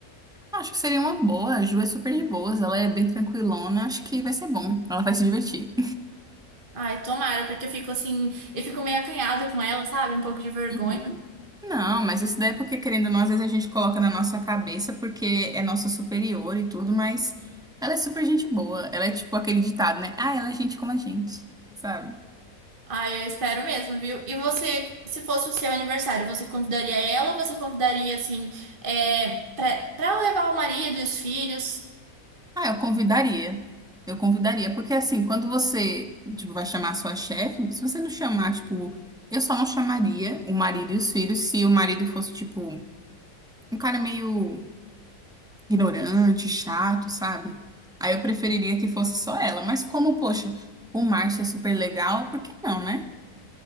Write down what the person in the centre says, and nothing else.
Acho que seria uma boa. A Ju é super de boas, ela é bem tranquilona. Acho que vai ser bom. Ela vai se divertir.
<laughs> Não, mas isso daí é porque, querendo ou não, às vezes a gente coloca na nossa cabeça porque é nosso superior e tudo, mas ela é super gente boa. Ela é tipo aquele ditado, né? Ah, ela é gente como a gente, sabe?
Ah, eu convidaria. Eu convidaria, porque assim, quando você, tipo, vai chamar a sua chefe, se você não chamar, tipo, eu só não chamaria o marido e os filhos se o marido fosse, tipo, um cara meio ignorante, chato, sabe? Aí eu preferiria que fosse só ela. Mas como, poxa, o Márcio é super legal, por que não, né?